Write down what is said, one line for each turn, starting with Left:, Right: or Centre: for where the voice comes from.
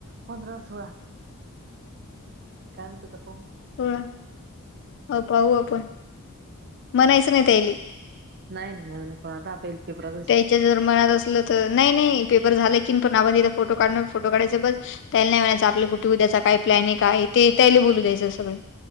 Right: पंधरा, सोळा काय म्हतता पा
Left: होय, अगाऊ आपण म्हणायचं नाही त्यायले
Right: नाय नाय म्हणून आपण पेपराचं
Left: त्याच्या जर मनात असलं तर नाही नाही पेपर झालं कीन पण आपण तिथे फोटो काढणार फोटो काढायच बस. त्याला नाही म्हणायचं आपलं कुठे उद्याचा काय प्लॅनिंग आहे ते त्याला बोलू द्यायचं सगळं.